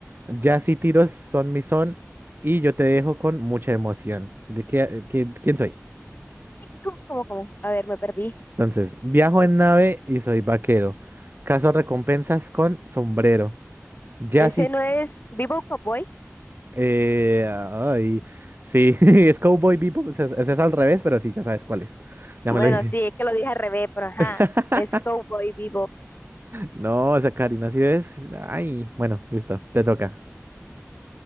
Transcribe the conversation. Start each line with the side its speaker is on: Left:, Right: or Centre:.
Right: Ya si tiros son mi son y yo te dejo con mucha emoción. ¿De qué, eh, qué- quién soy?
Left: ¿Cómo, cómo, cómo? A ver, me perdí.
Right: Entonces, viajo en nave y soy vaquero. Caso recompensas con sombrero. Ya
Left: ¿Ese
Right: si...
Left: no es Vivo Cowboy?
Right: Eh, ay, sí, <laughs> es Cowboy Bebop, o sea, es, es al revés, pero sí, ya sabes cuál es. Ya
Left: Bueno,
Right: me lo dije.
Left: sí, es que lo dije al revés, pero ajá.
Right: <laughs>
Left: Es Cowboy Vivo.
Right: No, esa Karina, si es. Ay, bueno, listo, te toca.